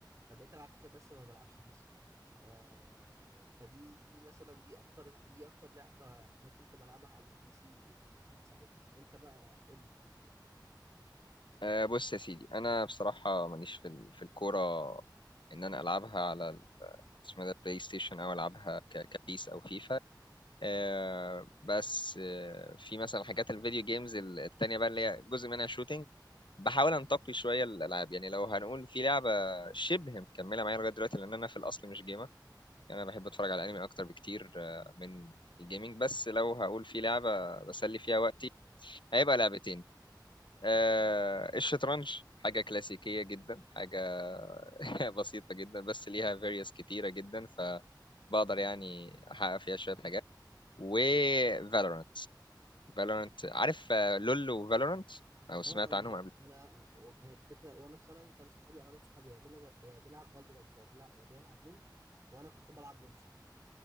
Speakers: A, on the right; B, on the left.
A: فبقيت العب فيفا بس ما بلعبش بيس آه فدي دي مثلا دي اكتر دي اكتر لعبه انا كنت بلعبها على البي سي ساعتها انت بقى قول لي
B: آه، بص يا سيدي أنا بصراحة ماليش في ال- في الكورة إن أنا ألعبها على ال- اسمه ده البلاي ستيشن أو ألعبها ك- كبيس أو فيفا آه، بس آه، في مثلا حاجات الفيديو جيمز ال- التانية بقى اللي هي جزء منها شوتينج بحاول انتقي شوية الألعاب يعني لو هنقول في لعبة شبه مكملة معايا لغاية دلوقتي لأن أنا في الأصل مش جيمر يعني أنا بحب أتفرج على أنمي أكتر بكتير آه، من الجيمنج بس لو هقول في لعبة بسلي فيها وقتي هيبقى لعبتين آه، الشطرنج حاجة كلاسيكية جدا حاجة <laughs> بسيطة جدا بس ليها فيريوس كتيرة جدا فبقدر يعني أحقق فيها شوية حاجات و Valorant فالورنت عارف آه، لول وفالورنت او سمعت
A: اه يعني
B: عنهم قبل
A: انا و- يعني الفكره وانا في ثانوي كان صحابي اغلب صحابي يا بيلعب يا بيلعب فالدورانت يا بيلعب يا بيلعب لول وانا كنت بلعب ببجي